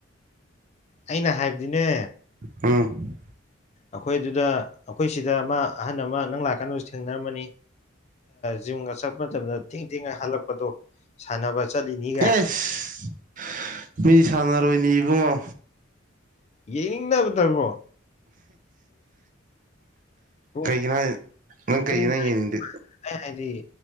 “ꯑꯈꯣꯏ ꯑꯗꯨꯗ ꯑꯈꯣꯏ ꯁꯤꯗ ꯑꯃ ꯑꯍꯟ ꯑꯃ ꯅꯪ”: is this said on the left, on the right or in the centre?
Left